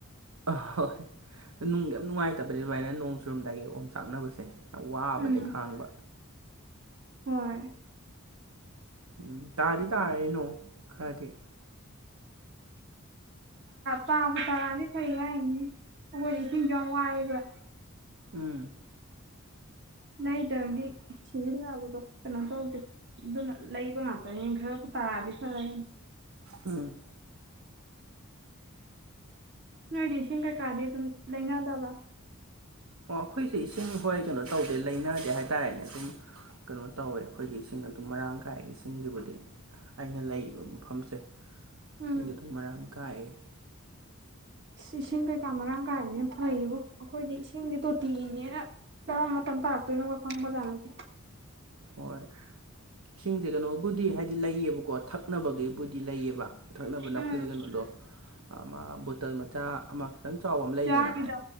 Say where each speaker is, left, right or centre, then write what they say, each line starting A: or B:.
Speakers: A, on the right (about 75°); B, on the right (about 55°).
A: ꯑꯍꯣꯏ ꯍꯣꯏ ꯅꯨꯡꯗ ꯌꯥꯝ ꯅꯨꯡꯉꯥꯏꯇꯕꯅꯤ ꯑꯗꯨꯃꯥꯏꯅ ꯅꯣꯡ ꯆꯨꯔꯝꯗꯥꯏꯒꯤ ꯑꯣꯝ ꯆꯥꯛꯅꯕꯁꯦ ꯌꯥꯝ ꯋꯥꯕꯅꯦ
B: ꯎꯝ
A: ꯈꯥꯡꯕ
B: ꯍꯣꯏ
A: ꯎꯝ ꯇꯥꯗꯤ ꯇꯥꯔꯅꯣ ꯈꯔꯗꯤ
B: ꯇꯥꯕ ꯇꯥꯔꯥꯅꯤ ꯐꯩ ꯍꯥꯏꯅꯤ ꯑꯩꯈꯣꯏꯅ ꯏꯁꯤꯡꯁꯨ ꯌꯥꯝ ꯋꯥꯏꯑꯦꯕ
A: ꯎꯝ
B: ꯂꯩꯗ꯭ꯔꯅꯤ ꯁꯤꯖꯤꯟꯅꯕꯗꯣ ꯀꯩꯅꯣ ꯇꯧꯗꯦ ꯑꯗꯨꯅ ꯂꯩꯕ ꯉꯥꯛꯇꯅꯦ ꯈꯔꯕꯨ ꯇꯥꯔꯗꯤ ꯐꯔꯦ
A: ꯎꯝ
B: ꯅꯣꯏꯗꯤ ꯏꯁꯤꯡ ꯀꯩꯀꯥꯗꯤ ꯑꯗꯨꯝ ꯂꯩꯅꯗꯕ
A: ꯑꯣ ꯑꯩꯈꯣꯏꯁꯦ ꯏꯁꯤꯡ ꯍꯣꯏ ꯀꯩꯅꯣ ꯇꯧꯗꯦ ꯂꯩꯅꯗꯦ ꯍꯥꯏꯇꯥꯥꯔꯦꯅꯦ ꯑꯗꯨꯝ ꯀꯩꯅꯣ ꯇꯧꯋꯦ ꯑꯩꯈꯣꯏꯒꯤ ꯏꯁꯤꯡ ꯑꯗꯨ ꯃꯔꯥꯡ ꯀꯥꯏ ꯏꯁꯤꯡꯒꯤꯗꯨꯕꯨꯗꯤ ꯑꯩꯅ ꯂꯩꯕ ꯃꯐꯝꯁꯦ
B: ꯎꯝ
A: ꯁꯤꯡꯗ ꯑꯗꯨꯝ ꯃꯔꯥꯡ ꯀꯥꯏꯑ
B: ꯁꯤꯁꯤꯡ ꯀꯩ ꯀꯃꯔꯥꯡ ꯀꯥꯏꯔꯔꯤ ꯐꯩꯔꯤꯕꯣ ꯑꯩꯈꯣꯏꯗꯤ ꯏꯁꯤꯡꯗꯤ ꯇꯣꯇꯤꯅꯦꯦꯅ ꯇꯔꯥ ꯃꯇꯝ ꯇꯥꯔꯛꯇꯣꯏꯅꯣꯒ ꯈꯪꯕꯖꯥꯠꯅꯠꯇꯦ
A: ꯍꯣꯏ ꯏꯁꯤꯡꯁꯦ ꯀꯩꯅꯣꯕꯨꯗꯤ ꯍꯥꯏꯗꯤ ꯂꯩꯌꯦꯕꯀꯣ ꯊꯛ ꯊꯛꯅꯕꯒꯤꯕꯨꯗꯤ ꯂꯩꯌꯦꯕ ꯊꯛꯅꯕ ꯅ
B: ꯎꯝ
A: ꯑꯩꯈꯣꯏꯒꯤ ꯀꯩꯅꯣꯗꯣ ꯑꯃ ꯕꯨꯇꯜ ꯃꯆꯥ ꯑꯃ ꯈꯤꯇꯪ ꯆꯥꯎꯕ ꯑꯃ ꯂꯩꯗꯅ
B: ꯖꯥꯔꯒꯤꯗꯣ